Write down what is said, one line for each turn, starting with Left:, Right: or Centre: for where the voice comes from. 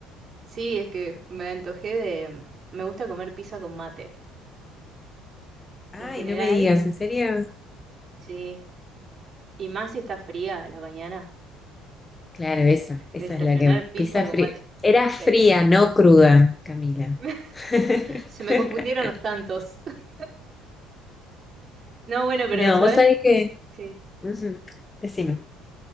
Right: Sí, es que me antojé de... Me gusta comer pizza con mate.
Left: Ay,
Right: En general,
Left: no me digas, ¿en serio?
Right: sí. Y más si está fría a la mañana.
Left: Claro, esa, esa
Right: Desayunar
Left: es la que va.
Right: pizza
Left: Pizza
Right: con
Left: fría.
Right: mate.
Left: Era fría,
Right: Sí.
Left: no cruda, Camila.
Right: <laughs>
Left: <laughs>
Right: Se me confundieron los tantos. <laughs> No, bueno, pero
Left: No,
Right: ¿sabes?
Left: vos sabés que...
Right: Sí.
Left: ujú, Decime.